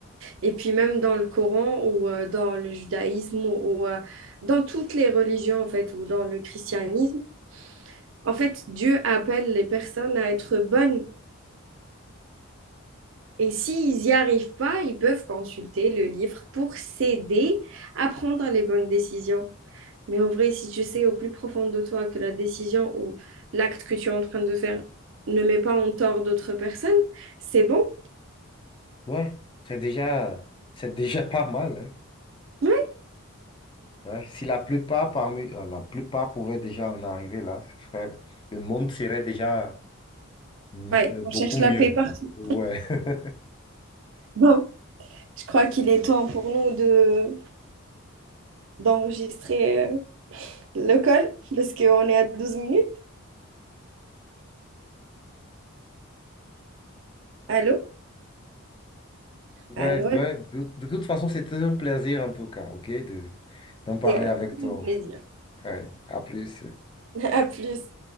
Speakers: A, on the right; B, on the left.
A: Et puis même dans le Coran ou euh, dans le judaïsme ou, ou, euh, dans toutes les religions en fait ou dans le christianisme, en fait Dieu appelle les personnes à être bonnes. Et s'ils n'y arrivent pas, ils peuvent consulter le livre pour s'aider à prendre les bonnes décisions. Mais en vrai, si tu sais au plus profond de toi que la décision ou l'acte que tu es en train de faire ne met pas en tort d'autres personnes, c'est bon.
B: Ouais, c'est déjà, c'est déjà <laughs> pas mal, hein.
A: Ouais,
B: Ouais, si la plupart parmi, euh, la plupart pouvaient déjà en arriver là, ce serait, le monde serait déjà mm,
A: Ouais,
B: euh, beaucoup
A: on cherche
B: mieux.
A: la paix partout.
B: Ouais. <laughs>
A: Bon, je crois qu'il est temps pour nous de d'enregistrer euh, le call parce qu'on est à 12 minutes. Allô?
B: Ouais,
A: Allô,
B: ben,
A: allô,
B: de, de toute façon, c'était un plaisir en tout cas, ok, de, d'en parler
A: c'est un
B: avec
A: très
B: toi.
A: bon plaisir.
B: Ouais, à plus.
A: <laughs> À plus.